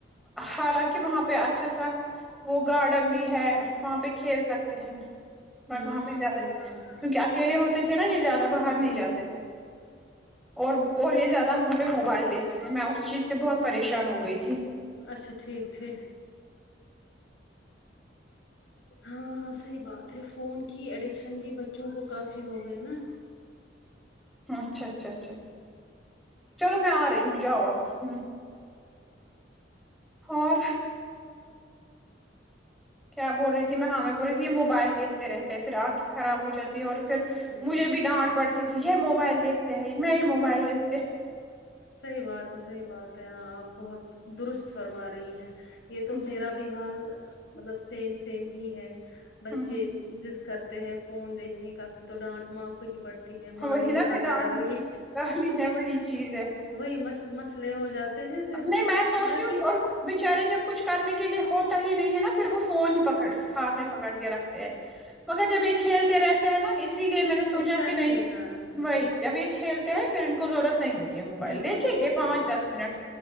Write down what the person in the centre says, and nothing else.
حالانکہ وہاں پہ اچھا سا وہ گارڈن بھی ہے وہاں پہ کھیل سکتے ہیں بٹ
وہاں پہ زیادہ
کیونکہ اکیلے ہوتے تھے نا یہ زیادہ باہر
نہیں
جاتے
تھے اور اور یہ زیادہ وہاں پہ موبائل دیکھتے تھے میں اس چیز سے بہت پریشان ہو گئی تھی
اچھا اچھا اچھا چلو میں آ رہی ہوں جاؤ ہمم اور کیا بول رہی تھی میں ہاں میں میں بول رہی تھی یہ موبائل دیکھتے ہیں پھر آنکھیں خراب ہو جاتی ہے اور پھر
مجھے
بھی
ڈانٹ پڑتی تھی یہ موبائل دیکھتے ہیں میں ہی موبائل دیکھتے
ہ
ہ
وہی
نا
پھر
ڈانٹ
گالی ہے وہی چیز ہے
اب نہیں میں سوچتی
ہوں کہ، اور بچارے جب کچھ کرنے کے لیے ہوتا ہی نہیں ہے نا پھر وہ فون ہی پکڑ ہاتھ میں پکڑ کے رکھتے ہیں مگر جب یہ کھیلتے رہتے ہیں نا اسی لیے میں نے سوچا
کہ نہیں
وہی ابھی کھیلتے ہیں پھر ان کو ضرورت نہیں ہوتی ہے موبائل
دیکھیں
گے پانچ
دس
منٹ